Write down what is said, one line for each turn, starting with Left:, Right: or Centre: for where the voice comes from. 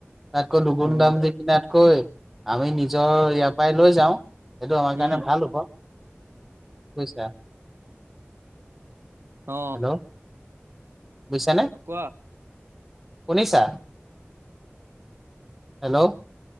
Centre: তাতকৈ দুগুণ
Right: অ',
Centre: দাম দি কিনাতকৈ আমি নিজৰ ইয়াৰ পৰাই লৈ যাওঁ। সেইটো আমাৰ
Right: উম,
Centre: কাৰণে ভাল হব, বুজিছা।
Right: অ
Centre: হেল্ল' বুজিছানে।
Right: কোৱা
Centre: শুনিছা? হেল্ল'